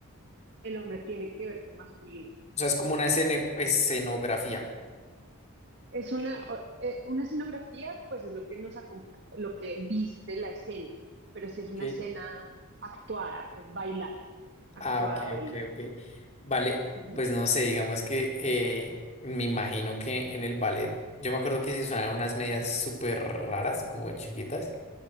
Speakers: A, on the right; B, on the left.
A: el hombre tiene que verse masculino.
B: O sea, es como una escene- escenografía.
A: Es una, o- eh, una escenografía, pues es lo que nos acom- lo que viste la escena, pero si es una
B: Ok.
A: escena actuada, pues bailada, actuada,
B: Ah, ok,
A: bailada.
B: ok, ok. Vale,
A: Ujú.
B: pues no sé, digamos que eh, me imagino que en el ballet, yo me acuerdo que se usaban unas medias súper raras, como chiquitas.